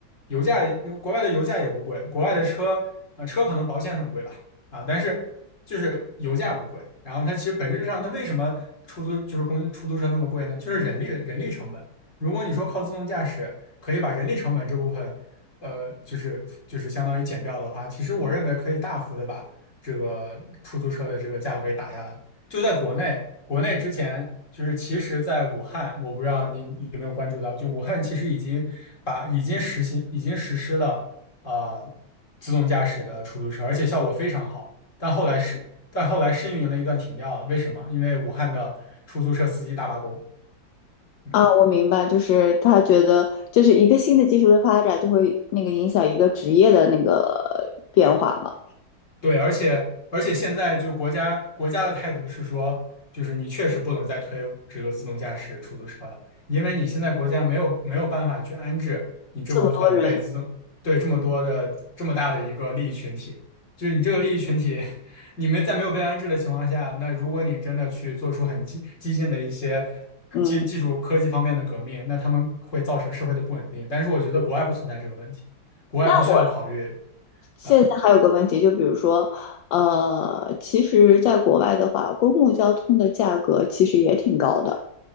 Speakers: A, on the left (about 40°); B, on the left (about 75°).
A: 油价也呃国外的油价也不贵，国外的车呃车可能保险很贵吧，啊，但是就是油价不贵，然后它其实本质上它为什么出租就是公出租车那么贵呢？就是人力的人力成本。如果你说靠自动驾驶可以把人力成本这部分呃，就是就是相当于减掉的话，其实我认为可以大幅的把这个出租车的这个价格给打下来。就在国内，国内之前就是其实，在武汉，我不知道你你有没有关注到，就武汉其实已经把已经实行已经实施了啊、呃自动驾驶的出租车，而且效果非常好。但后来试但后来试运营了一段停掉了，为什么？因为武汉的出租车司机大罢工。嗯。
B: 啊，我明白，就是他觉得，就是一个新的技术的发展，就会那个影响一个职业的那个变化嘛。
A: 对，而且而且现在就国家国家的态度是说，就是你确实不能再推这个自动驾驶出租车了，因为你现在国家没有没有办法去安置你这部分被自动对这么多的这么大的一个利益群体，
B: 这么多人，
A: 就是你这个利益群体，<laughs> 你们在没有被安置的情况下，那如果你真的去做出很激激进的一些
B: 嗯，
A: 技技术科技方面的革命，那他们会造成社会的不稳定。但是我觉得国外不存在这个问题，国外不需要考虑，
B: 那我现在还有个问题，
A: 呃，
B: 就比如说，呃，其实在国外的话，公共交通的价格其实也挺高的。